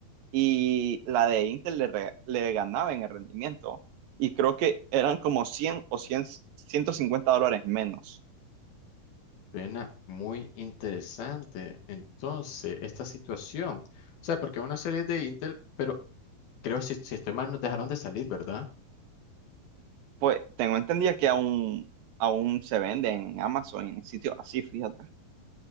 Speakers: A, on the right; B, on the left.
A: y la de Intel le, re- le ganaba en el rendimiento y creo que eran como 100 o cien ciento cincuenta dólares menos.
B: Suena muy interesante. Entonces, esta situación, o sea, porque una serie de Intel, pero creo si, si estoy mal, nos dejaron de salir, ¿verdad?
A: Pues tengo entendido que aún, aún se vende en Amazon, en sitios así, fíjate,